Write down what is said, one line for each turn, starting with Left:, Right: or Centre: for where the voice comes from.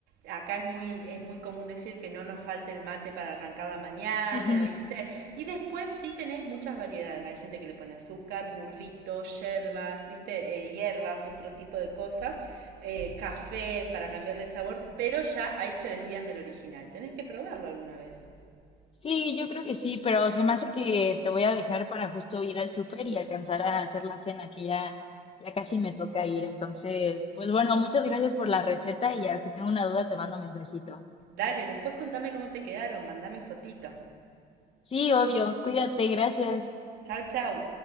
Right: acá es muy, es muy común decir que no nos falte el mate para arrancar la mañana,
Left: <laughs> Ujú.
Right: ¿viste? Y después sí tenés muchas variedades. Hay gente que le pone azúcar, burritos, yerbas, ¿viste? Eh, hierbas, otro tipo de cosas, eh, café para cambiarle el sabor, pero ya ahí se desvían del original. Tenés que probarlo alguna vez.
Left: Sí, yo creo que sí, pero se me hace que te voy a dejar para justo ir al súper y alcanzar a hacer la cena, que ya, ya casi me toca ir. Entonces, pues bueno, muchas gracias por la receta y ya si tengo una duda te mando mensajito.
Right: Dale, después contame cómo te quedaron, mandame fotito.
Left: Sí, obvio. Cuídate, gracias.
Right: Chau, chau.